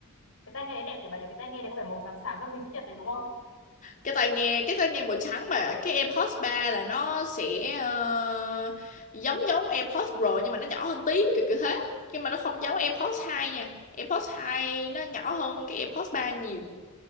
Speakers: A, on the left (about 70°); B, on the left (about 40°).
A: cái tai nghe đấy đẹp nhỉ bà nhỉ? Cái tai nghe đấy có phải màu xám xám trong hình chữ nhật đấy đúng không?
B: cái tai nghe cái tai nghe màu trắng mà cái AirPods 3 là nó sẽ ờ, giống giống AirPods Pro nhưng mà nó nhỏ hơn tí kiểu kiểu thế nhưng mà nó không giống AirPods 2 nha AirPods 2 nó nhỏ hơn cái AirPods 3 nhiều